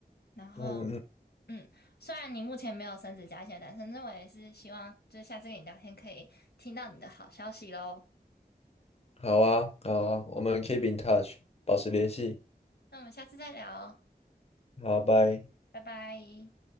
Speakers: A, on the left; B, on the left.
A: 然后，
B: 嗯嗯
A: 嗯，虽然你目前没有升职加薪，但是那我也是希望，就是下次跟你聊天可以听到你的好消息喽。
B: 好啊，好啊，我们 keep in touch，保持联系。
A: 那我们下次再聊，
B: 好，拜。
A: 拜拜。